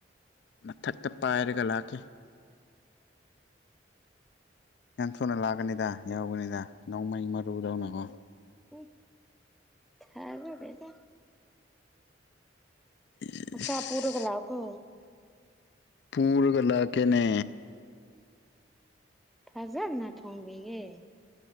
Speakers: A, on the left; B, in the centre.
A: ꯃꯊꯛꯇ ꯄꯥꯏꯔꯒ ꯂꯥꯛꯀꯦ ꯌꯥꯝ ꯊꯨꯅ ꯂꯥꯛꯀꯅꯤꯗ ꯌꯥꯎꯒꯅꯤꯗ ꯅꯣꯡꯃꯩ ꯃꯔꯨꯗꯧꯅꯀꯣ
B: <unintelligible>
A: ꯏꯁ
B: ꯑꯣꯛꯁꯥ ꯄꯨꯔꯒ ꯂꯥꯛꯑꯣꯀꯣ
A: ꯄꯨꯔꯒ ꯂꯥꯛꯀꯦꯅꯦ
B: ꯐꯖꯅ ꯊꯣꯡꯕꯤꯒꯦ